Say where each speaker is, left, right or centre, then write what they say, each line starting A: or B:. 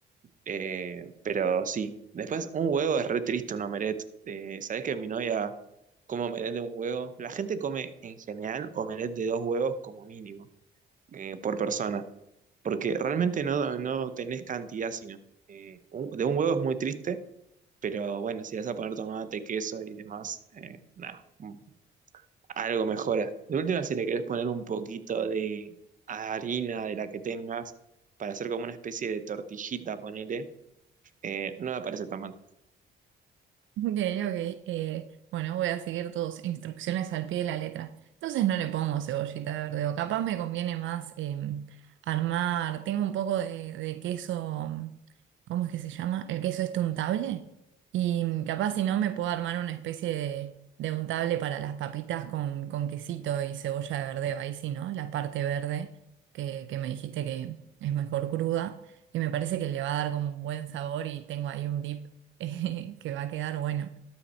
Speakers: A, on the right; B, on the right.
A: Eh, pero sí, después un huevo es re triste, un omelette. Eh, ¿Sabés que mi novia come omelette de un huevo? La gente come en general omelette de dos huevos como mínimo eh, por persona, porque realmente no, no tenés cantidad, sino eh, un- de un huevo es muy triste, pero bueno, si le vas a poner tomate, queso y demás, eh, nada, mm, algo mejora. De última, si le querés poner un poquito de harina de la que tengas para hacer como una especie de tortillita, ponele, eh, no me parece tan mal.
B: Ok, ok. eh, bueno, voy a seguir tus instrucciones al pie de la letra. Entonces no le pongo cebollita verde o capaz me conviene más em, armar. Tengo un poco de, de queso, mm, ¿cómo es que se llama? El queso este untable. Y mm, capaz si no me puedo armar una especie de, de untable para las papitas con, con quesito y cebolla de verdeo. Ahí sí, ¿no? La parte verde que, que me dijiste que es mejor cruda. Y me parece que le va a dar como un buen sabor y tengo ahí un dip <laughs> que va a quedar bueno.